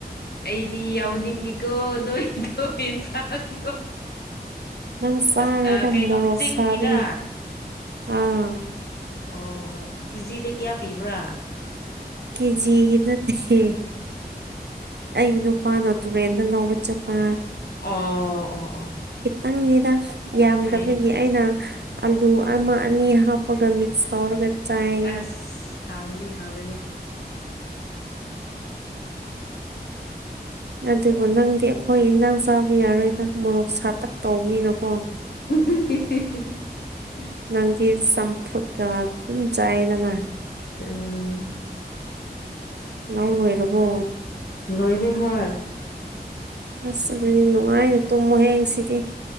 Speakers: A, on the left (about 70°); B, on the right (about 85°).
A: ꯑꯩꯗꯤ ꯌꯥꯎꯅꯤꯡꯉꯤꯀꯣ ꯅꯣꯏꯗꯣ ꯌꯦꯟꯁꯥꯡꯗꯣ
B: ꯅꯪ ꯆꯥꯔꯣꯏꯗ
A: ꯑꯁ ꯀꯩꯅꯣ
B: ꯃꯣꯔꯣꯛ
A: ꯆꯤꯡꯒꯤꯔꯥ
B: ꯁꯥꯕꯒꯤ ꯑꯥ
A: ꯑꯣ ꯑꯣ ꯀꯦꯖꯤꯗ ꯀꯌꯥ ꯄꯤꯕ꯭ꯔꯥ
B: ꯀꯦꯖꯤꯒꯤ ꯅꯠꯇꯦ ꯑꯩ ꯅꯨꯄꯥꯅ ꯇꯨꯔꯦꯟꯗ ꯂꯧꯕ ꯆꯠꯄ
A: ꯑꯣ ꯑꯣ ꯑꯣ
B: ꯅꯪꯅꯤꯗ ꯌꯥꯝꯗꯕꯩꯅꯤ
A: ꯐꯩꯌꯦ ꯐꯩꯌꯦ
B: ꯑꯩꯅ ꯑꯂꯨ ꯑꯃ ꯑꯅꯤ ꯍꯥꯞꯄꯒ ꯃꯤꯛꯁ ꯇꯧꯔꯒ ꯆꯥꯏ
A: ꯑꯁ ꯍꯥꯎꯒꯅꯤ ꯍꯥꯎꯒꯅꯤ
B: ꯑꯗꯨꯕꯨ ꯅꯪꯗꯤ ꯑꯩꯈꯣꯏ ꯏꯟꯖꯥꯡ ꯆꯥꯕ ꯌꯥꯔꯣꯏꯗ ꯃꯣꯔꯣꯛ ꯁꯥꯇꯛ ꯇꯧꯕꯅꯤꯅꯀꯣ
A: ꯎ
B: ꯅꯪꯗꯤ ꯆꯝꯐꯨꯠꯀ ꯑꯗꯨꯝ ꯆꯥꯏꯗꯅ
A: ꯎꯝ
B: ꯂ ꯂꯣꯏꯔꯕꯣ
A: ꯂꯣꯏꯔ ꯍ
B: ꯑꯁ ꯑꯗꯨꯗꯤ ꯅꯨꯡꯉꯥꯏꯅꯦ ꯇꯨꯝꯃꯣ ꯍꯌꯦ ꯁꯤꯗꯤ